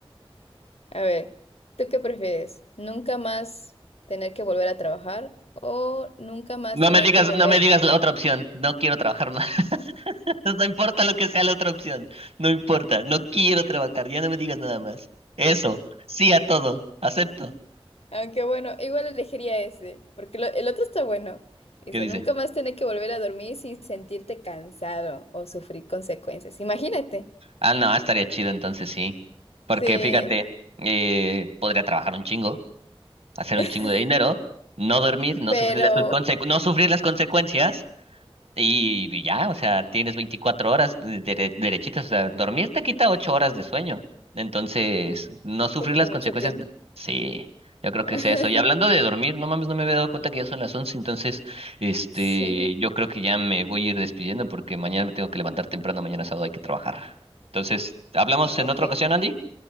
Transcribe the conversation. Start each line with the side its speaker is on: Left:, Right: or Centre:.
Left: A ver, ¿tú qué prefieres? ¿Nunca más tener que volver a trabajar o nunca más
Right: No
Left: tener
Right: me digas,
Left: que volver
Right: no me digas la otra opción. No quiero trabajar más. <laughs> No importa lo que sea la otra opción. No importa. No quiero trabajar. Ya no me digas nada más. Eso. Sí a todo. Acepto.
Left: Aunque bueno, igual elegiría ese, porque lo- el otro está bueno. Dice,
Right: ¿Qué dice?
Left: nunca más tener que volver a dormir sin sentirte cansado o sufrir consecuencias. Imagínate.
Right: Ah, no, estaría chido entonces sí. Porque
Left: Sí,
Right: fíjate, eh, podría trabajar un chingo, hacer
Left: <laughs>
Right: un chingo de dinero, no dormir, no
Left: pero
Right: sufrir las consecu- no sufrir las consecuencias y y ya, o sea, tienes 24 horas de- dere- derechitas, o sea, dormir te quita 8 horas de sueño. Entonces, no sufrir
Left: te quita
Right: las
Left: mucho
Right: consecuencias,
Left: tiempo.
Right: n- sí, yo creo
Left: <laughs>
Right: que es eso. Y hablando de dormir, no mames, no me había dado cuenta que ya son las 11 entonces, este,
Left: Sí,
Right: yo creo que ya me voy a ir despidiendo porque mañana me tengo que levantar temprano, mañana sábado hay que trabajar. Entonces, hablamos
Left: Ah,
Right: en otra
Left: ok.
Right: ocasión, Andy.